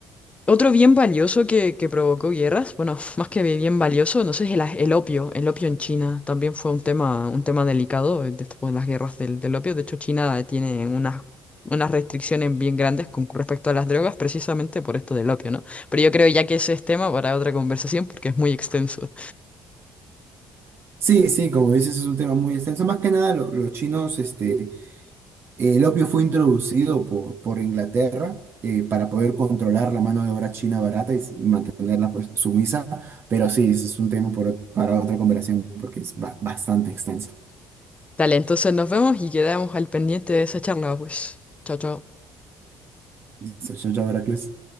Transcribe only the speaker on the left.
Otro bien valioso que, que provocó guerras, bueno, <laughs> más que bien valioso, no sé, es el, a- el opio. El opio en China también fue un tema, un tema delicado eh, después de las guerras del, del opio. De hecho, China eh, tiene unas, unas restricciones bien grandes con respecto a las drogas, precisamente por esto del opio, ¿no? Pero yo creo ya que ese es tema para otra conversación porque es muy extenso.
Dale, entonces nos vemos y quedamos al pendiente de esa charla, pues. Chao, chao.